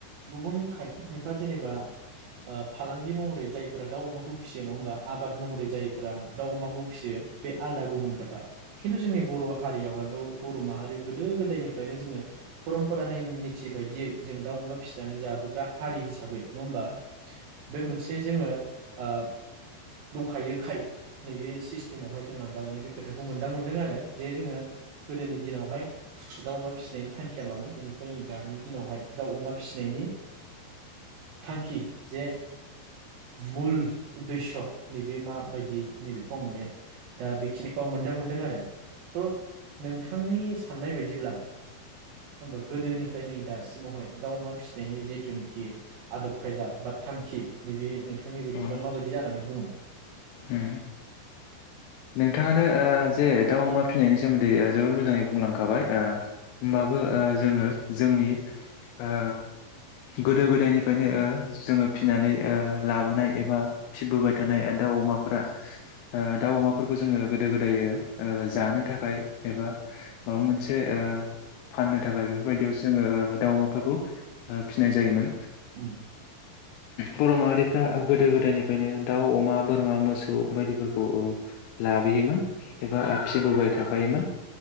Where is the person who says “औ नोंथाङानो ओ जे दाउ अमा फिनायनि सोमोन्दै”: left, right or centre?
Left